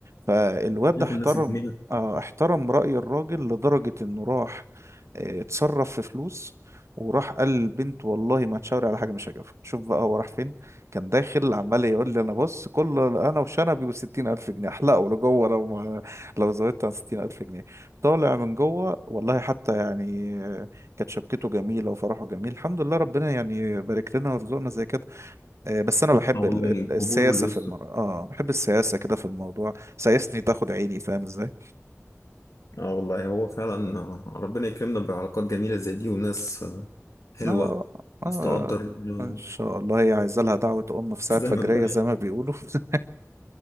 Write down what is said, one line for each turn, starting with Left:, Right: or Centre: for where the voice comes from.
Right: فالواد
Left: شايف
Right: احترم
Left: الناس الجميله
Right: آه، احترم رأي الراجل لدرجة إنه راح آه، اتصرف في فلوس وراح قال للبنت والله ما تشاوري على حاجة مش هجيبها شوف بقى هو راح فين كان داخل عمال يقول لي أنا بص كل أنا وشنبي وستين ألف جنيه أحلقه لجوه لو ما لو زودت عن ستين ألف جنيه طالع من جوه والله حتى يعني كانت شبكته جميله وفرحه جميل الحمد لله ربنا يعني بارك لنا ورزقنا زي كده آه، بس انا بحب
Left: اه والله
Right: ال- ال-
Left: القبول
Right: السياسه
Left: واليسر
Right: في المره اه بحب السياسه كده في الموضوع سياسني تاخد عيني فاهم ازاي
Left: اه والله هو فعلا آه، ربنا يكرمنا بعلاقات جميله زي دي وناس آه، حلوه
Right: اه اه
Left: ناس تقدر آه،
Right: ان شاء الله هي عايزه لها دعوه ام في ساعه
Left: الزمن
Right: فجريه
Left: ده
Right: زي ما بيقولوا <laughs>